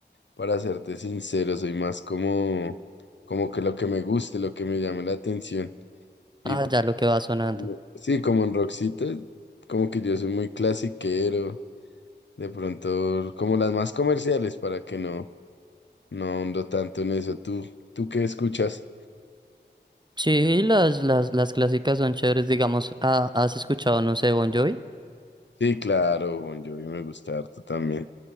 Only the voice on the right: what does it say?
Ah,
ya lo que va sonando.
Sí, las, las, las clásicas son chéveres, digamos, ah, ¿has escuchado, no sé, Bon Jovi?